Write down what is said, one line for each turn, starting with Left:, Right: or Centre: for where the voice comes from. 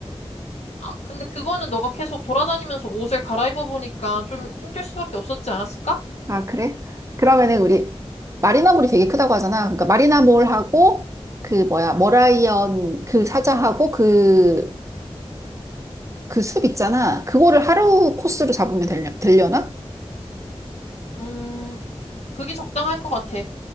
Left: 아, 근데 그거는 너가 계속 돌아다니면서 옷을 갈아입어 보니까 좀 힘들 수밖에 없었지 않았을까?
Right: 아, 그래? 그러면은 우리 마리나몰이 되게 크다고 하잖아. 그러니까 마리나몰하고 그 뭐야, 머라이언 그 사자하고 그 그 숲 있잖아. 그거를 하루 코스로 잡으면 되려, 되려나?
Left: 음, 그게 적당할 것 같아.